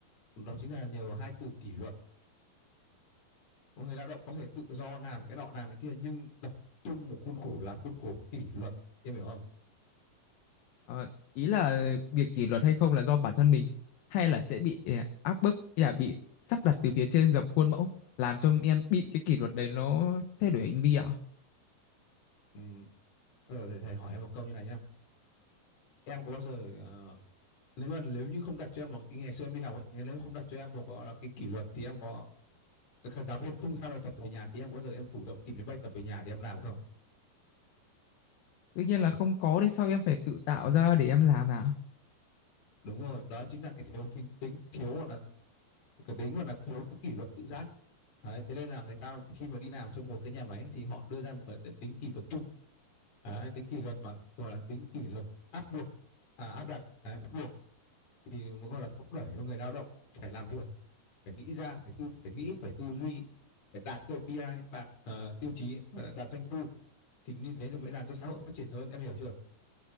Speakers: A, on the left; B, on the left.
A: đó chính là nhờ vào hai từ kỷ luật người lao động có thể tự do làm cái nọ làm cái kia nhưng đặt chung một khuôn khổ làm khuôn khổ kỷ luật em hiểu không
B: Ờ, ý là việc kỷ luật hay không là do bản thân mình hay là sẽ bị ờ, áp bức hay là bị sắp đặt từ phía trên dập khuôn mẫu làm cho em bị cái kỷ luật đấy nó thay đổi hành vi ạ?
A: Ừm, ờ, để thầy hỏi em một câu như này nhá em có bao giờ ờ, nếu mà nếu như không đặt cho em một ngày xưa em đi học ấy nếu không đặt cho em một cái, cái kỷ luật thì em có các giáo viên không giao bài tập về nhà thì em có bao giờ em chủ động tìm đến bài tập về nhà để em làm không
B: Tự nhiên là không có thì sao em phải tự tạo ra để em làm nào?
A: đúng rồi đó chính là cái thiếu tính, tính thiếu gọi là cái tính gọi là thiếu kỷ luật tự giác Đấy, thế nên là người ta khi mà đi làm trong một cái nhà máy thì họ đưa ra một cái tính kỷ luật chung Đấy, tính kỷ luật mà gọi là tính kỷ luật áp buộc à, áp đặt đấy, bắt buộc thì gọi là thúc đẩy cho người lao động phải làm việc phải nghĩ ra phải tư phải nghĩ phải tư duy phải đạt KPI đạt ờ, tiêu chí ờ, đạt doanh thu thì như thế thì mới làm cho xã hội phát triển hơn em hiểu chưa